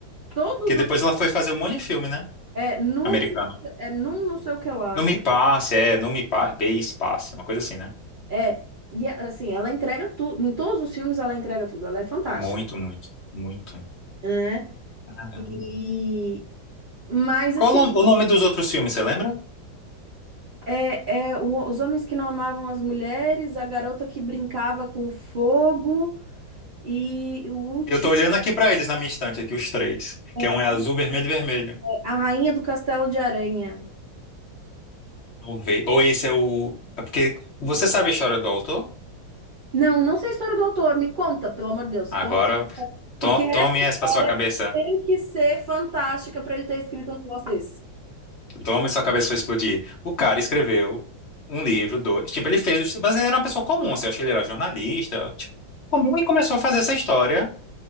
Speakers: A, on the right (about 65°); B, on the left (about 45°).
A: todos
B: que depois
A: os
B: ela foi fazer um monte de filme, né?
A: é num
B: Americano.
A: é num não sei o que lá.
B: Não me
A: um,
B: passe, é, não me pa... passe, passe, uma coisa assim, né?
A: É, e é, assim, ela entrega tudo, em todos os filmes ela entrega tudo, ela é fantástica,
B: Muito, muito, muito.
A: né?
B: Caramba.
A: E mas assim,
B: Qual o nom- o nome dos outros filmes, você lembra?
A: é, é o- os homens que não amavam as mulheres, a garota que brincava com fogo, E o último
B: Eu tô olhando aqui pra eles na minha estante, aqui, os três.
A: é
B: Que é um é azul, vermelho e vermelho.
A: A Rainha do Castelo de Aranha.
B: Vamos ver. Ou esse é o. É porque você sabe a história do autor?
A: Não, não sei a história do autor, me conta, pelo amor de Deus,
B: Agora,
A: conta.
B: to-
A: Porque essa
B: tome essa
A: história
B: pra sua cabeça.
A: tem que ser fantástica para ele ter escrito um negócio desse.
B: Tome sua cabeça vai explodir. O cara escreveu um livro, dois. Tipo, ele fez. Mas ele era uma pessoa comum. Você acha que ele era jornalista? Tipo, comum e começou a fazer essa história,